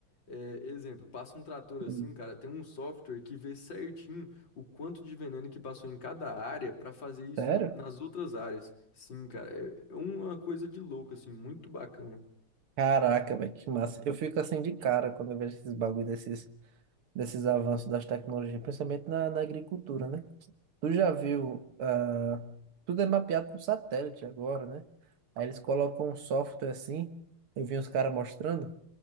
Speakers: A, on the left; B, on the right.
A: É, exemplo, passa um trator assim,
B: hum.
A: cara, tem um software que vê certinho o quanto de veneno que passou em cada área para fazer isso
B: Sério?
A: em- nas outras áreas. Sim, cara, é é uma coisa de louco, assim, muito bacana.
B: Caraca, velho, que massa. Eu fico assim de cara quando eu vejo esses bagulho desses, desses avanços das tecnologias, principalmente na, na agricultura, né? Tu já viu, ah, tudo é mapeado por satélite agora, né? Aí eles colocam um software assim, eu vi uns caras mostrando,